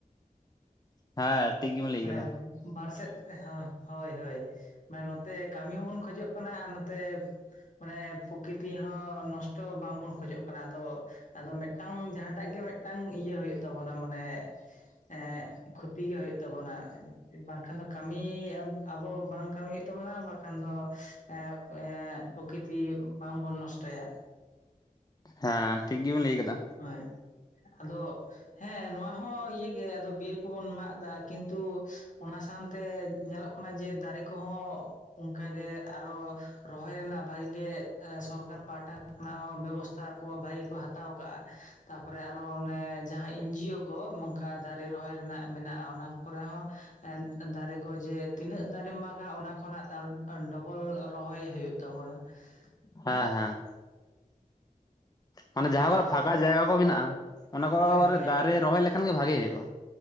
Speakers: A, on the left; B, on the left.
A: ᱦᱮᱸ ᱴᱷᱤᱠ ᱜᱮᱵᱮᱱ ᱞᱟᱹᱭ
B: ᱢᱟᱱᱮ
A: ᱠᱮᱫᱟ
B: ᱵᱟᱨ ᱥᱮᱫ ᱦᱳᱭ ᱦᱳᱭ ᱢᱟᱱᱮ ᱱᱚᱛᱮ ᱠᱟᱹᱢᱤ ᱦᱚᱸᱵᱚᱱ ᱠᱷᱚᱡᱚᱜ ᱠᱟᱱᱟ ᱟᱨ ᱱᱚᱛᱮ ᱢᱟᱱᱮ ᱯᱨᱚᱠᱤᱛᱤ ᱦᱚᱸ ᱱᱚᱥᱴᱚ ᱵᱟᱝᱵᱚᱱ ᱠᱷᱚᱡᱚᱜ ᱠᱟᱱᱟ ᱟᱫᱚ ᱟᱫᱚ ᱢᱤᱫᱴᱟᱝ ᱡᱟᱦᱟᱸᱴᱟᱜ ᱜᱮ ᱢᱤᱫᱴᱟᱝ ᱤᱭᱟᱹ ᱦᱩᱭᱩᱜ ᱛᱟᱵᱚᱱᱟ ᱢᱟᱱᱮ ᱮᱸᱜ ᱠᱷᱚᱛᱤ ᱜᱮ ᱦᱩᱭᱩᱜ ᱛᱟᱵᱚᱱᱟ ᱵᱟᱝᱠᱷᱟᱱ ᱫᱚ ᱠᱟᱹᱢᱤ ᱟᱵᱚ ᱵᱟᱝ ᱠᱟᱹᱢᱤ ᱦᱩᱭᱩᱜ ᱛᱟᱵᱚᱱᱟ ᱵᱟᱝᱠᱷᱟᱱ ᱫᱚ ᱮᱜ ᱮᱸᱜᱻ ᱯᱨᱚᱠᱤᱛᱤ ᱵᱟᱝᱵᱚᱱ ᱱᱚᱥᱴᱚᱭᱟ
A: ᱦᱮᱸ ᱴᱷᱤᱠ ᱜᱮᱵᱤᱱ ᱞᱟᱹᱭ ᱠᱟᱫᱟ
B: ᱦᱳᱭ ᱟᱫᱚ ᱦᱮᱸ ᱱᱚᱣᱟ ᱦᱚᱸ ᱤᱭᱟᱹᱜᱮ ᱟᱫᱚ ᱵᱤᱨ ᱠᱚᱵᱚᱱ ᱢᱟᱜ ᱫᱟ ᱠᱤᱱᱛᱩ ᱚᱱᱟ ᱥᱟᱶᱛᱮ ᱧᱮᱞᱚᱜ ᱠᱟᱱᱟ ᱡᱮ ᱫᱟᱨᱮ ᱠᱚᱦᱚᱸ ᱚᱱᱠᱟᱜᱮ ᱟᱨᱚ ᱨᱚᱦᱚᱭ ᱨᱮᱱᱟᱜ ᱵᱷᱟᱜᱤ ᱜᱮ ᱥᱚᱨᱠᱟᱨ ᱯᱟᱦᱟᱴᱟ ᱚᱱᱟ ᱦᱚᱸ ᱵᱮᱵᱚᱥᱛᱷᱟ ᱠᱚ ᱵᱷᱟᱜᱤ ᱜᱮᱠᱚ ᱦᱟᱛᱟᱣ ᱠᱟᱜᱼᱟ ᱛᱟᱯᱚᱨᱮ ᱟᱨᱚ ᱚᱱᱮ ᱡᱟᱦᱟᱸ ᱮᱱ ᱡᱤ ᱭᱳ ᱠᱚ ᱱᱚᱝᱠᱟ ᱫᱟᱨᱮ ᱨᱚᱦᱚᱭ ᱨᱮᱱᱟᱜ ᱢᱮᱱᱟᱜᱼᱟ ᱚᱱᱟ ᱠᱚᱨᱮ ᱦᱚᱸ ᱫᱟᱨᱮ ᱠᱚ ᱡᱮ ᱛᱤᱱᱟᱹᱜ ᱫᱟᱨᱮᱢ ᱢᱟᱜᱟ ᱚᱱᱟ ᱠᱷᱚᱱᱟᱜ ᱛᱟᱞ ᱰᱚᱵᱚᱞ ᱨᱚᱦᱚᱭ ᱦᱩᱭᱩᱜ ᱛᱟᱵᱚᱱᱟ <inaudible>
A: ᱦᱮᱸ ᱦᱮᱸ ᱢᱟᱱᱮ ᱡᱟᱦᱟᱸ
B: ᱟᱫᱚ
A: ᱠᱚᱨᱮ ᱯᱷᱟᱸᱠᱟ ᱡᱟᱭᱜᱟ ᱠᱚ ᱢᱮᱱᱟᱜᱼᱟ ᱚᱱᱟ ᱠᱚ
B: ᱦᱳᱭ ᱦᱳᱭ
A: ᱫᱟᱨᱮ ᱨᱚᱦᱚᱭ ᱞᱮᱠᱷᱟᱱ ᱜᱮ ᱵᱷᱟᱜᱮ ᱦᱩᱭᱩᱜᱼᱟ